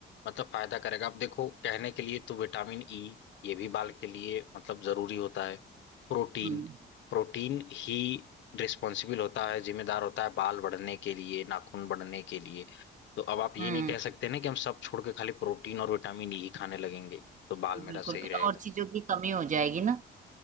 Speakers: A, on the left; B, on the right.
A: मतलब फायदा करेगा अब देखो कहने के लिए तो विटामिन ई ये भी बाल के लिए मतलब जरूरी होता है प्रोटीन
B: हम्म
A: प्रोटीन ही रिस्पॉन्सिबल होता है जिम्मेदार होता है बाल बढ़ने के लिए नाखून बढ़ने के लिए तो अब आप ये
B: हम्म
A: नहीं कह सकते ना कि हम सब छोड़ के खाली प्रोटीन और विटामिन ई ही खाने लगेंगे तो
B: बिल्कुल
A: बाल मेरा
B: बिल्कुल
A: सही
B: फिर
A: रहेगा
B: और चीजों की कमी हो जाएगी ना